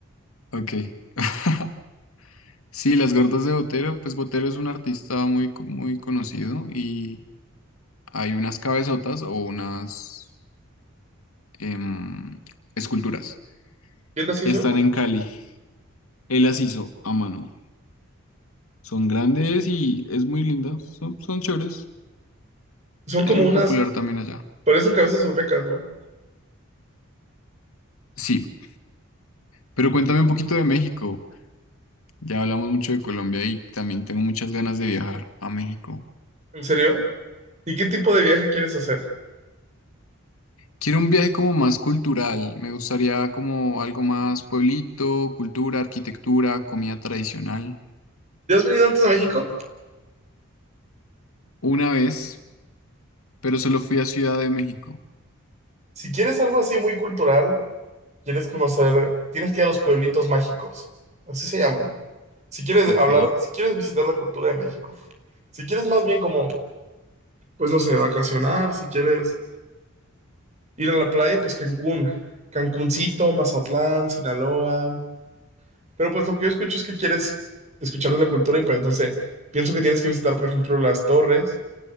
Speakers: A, on the left; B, on the right.
A: Ok. <laughs> Sí, las gordas de Botero, pues Botero es un artista muy, co- muy conocido y hay unas cabezotas o unas em, esculturas.
B: ¿Quién las hizo?
A: Están en Cali. Él las hizo a mano. Son grandes y es muy linda. Son, son chéveres.
B: Son
A: Es
B: como
A: muy
B: unas.
A: popular también allá.
B: Parecen cabezas olmecas, ¿no?
A: Sí, pero cuéntame un poquito de México. Ya hablamos mucho de Colombia y también tengo muchas ganas de viajar a México.
B: ¿En serio? ¿Y qué tipo de viaje quieres hacer?
A: Quiero un viaje como más cultural, me gustaría como algo más pueblito, cultura, arquitectura, comida tradicional.
B: ¿Ya has venido antes a México?
A: Una vez, pero solo fui a Ciudad de México.
B: Si quieres algo así muy cultural, quieres conocer, tienes que ir a los pueblitos mágicos. Así se llaman. Si quieres
A: Ok.
B: hablar, si quieres visitar la cultura de México. Si quieres más bien como, pues no sé, vacacionar, si quieres ir a la playa, pues Cancún. Cancuncito, Mazatlán, Sinaloa. Pero pues lo que yo escucho es que quieres escuchar de la cultura y pues no sé, pienso que tienes que visitar, por ejemplo, las torres,